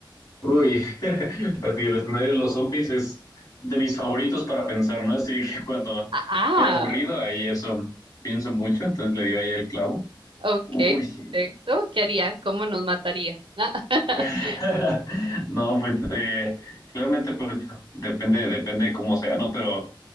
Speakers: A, on the left (about 45°); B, on the right (about 80°).
A: Uy, <laughs> así el escenario de los zombies es de mis favoritos para pensar, ¿no? Así que cuando
B: Ah,
A: estoy aburrido, ahí eso pienso mucho, entonces le dio ahí el clavo.
B: ok,
A: Uy,
B: perfecto. ¿Qué haría? ¿Cómo nos mataría? ¿no? <laughs>
A: <laughs> no, pues eh, claramente pues, depende, depende de cómo sea, ¿no? Pero